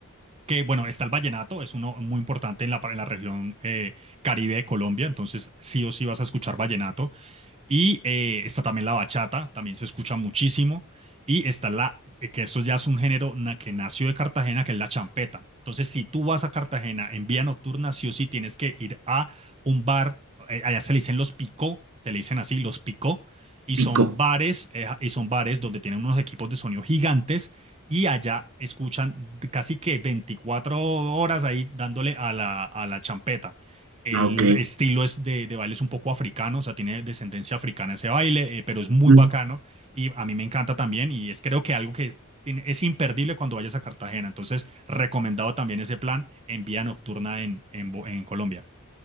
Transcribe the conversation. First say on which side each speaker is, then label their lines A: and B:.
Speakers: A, on the right; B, on the right.
A: que bueno, está el vallenato, es uno muy importante en la, en la región eh, Caribe de Colombia, entonces sí o sí vas a escuchar vallenato. Y eh, está también la bachata, también se escucha muchísimo. Y está la, eh, que esto ya es un género na- que nació de Cartagena, que es la champeta. Entonces, si tú vas a Cartagena en vía nocturna, sí o sí tienes que ir a un bar, eh, allá se le dicen los picó, se le dicen así, los picó, y
B: pico.
A: son bares, eh, y son bares donde tienen unos equipos de sonido gigantes, y allá escuchan casi que 24 horas ahí dándole a la, a la champeta el
B: Ok,
A: estilo es de, de baile es un poco africano, o sea, tiene descendencia africana ese baile, eh, pero es muy
B: ok.
A: bacano y a mí me encanta también y es creo que algo que tiene- es imperdible cuando vayas a Cartagena. Entonces, recomendado también ese plan en vía nocturna en, en, Bo- en Colombia.